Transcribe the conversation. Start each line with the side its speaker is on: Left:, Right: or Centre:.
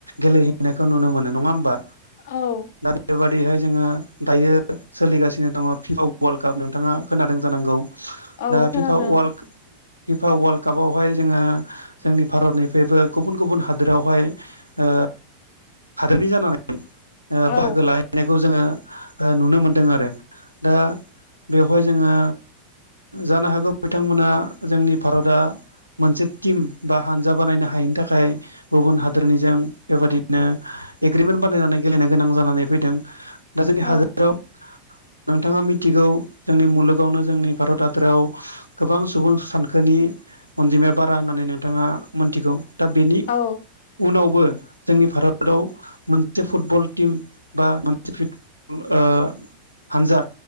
Right: गेलेहैनायखौ नुनो मोनो नङा होमबा
Left: औ
Right: दा बेबादिहाय जोङो दायो सोलिगासिनो दङ फिफा वर्ल्ड काप नोंथाङा खोनादों जानांगौ
Left: औ
Right: दा
Left: खोनादों
Right: फिफा वार्ल्ड बिफा वर्ल्ड कापावहाय जोङो जोंनि भारतनिफ्रायबो गुबुन गुबुन हादोरावहाय ओ हादोरनि जानानै ओ
Left: औ
Right: बाहागो लायो बनायखौ जोङो नुनो मोनदों आरो दा बेवहाय जोङो जानो हागौ बिथांमोना जोंनि भारतआ मोनसे टिम बा हानजा बानायनो हायैनि थाखाय गुबुन हादोरनिजों बेबायादिनो एग्रिमेन्ट बानायनानै गेलेनो गोनां जानानै फैदों दा जोंनि
Left: औ
Right: हादोराव नोंथाङा मिथिगौ जोंनि मुलुगावनो जोंनि भारत हादराव गोबां सुबुं सानखोनि अनजिमाया बारा होननानै नोंथाङा मोनथिगौ दा बेनि
Left: औ
Right: उनावबो जोंनि भारताव मोनसे फुट फुटबल टिम बासे फुटबल ओ हानजा